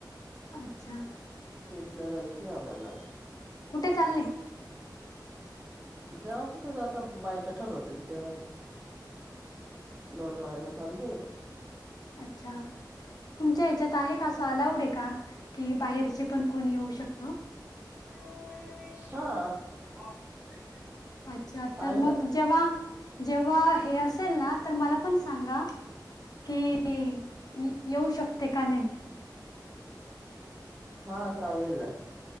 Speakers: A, on the left; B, on the right.
A: अच्छा
B: ट्रिप ला जायचंय आम्हाला
A: कुठे चालले
B: जाव कुठं आता बाय कठोर होतील तेव्हा लोनवा्याला चाल र
A: अच्छा तुमच्या हच्यात आहे का अस अलावड आहे का की बाहेरचे पण कोणी येऊ शकत
B: हा
A: अच्छा तर
B: आहे
A: मग
B: ना
A: जेव्हा जेव्हा हे असेल ना तर मला पण सां सांगा की येऊ शकते का नाही
B: हा सांगेल ना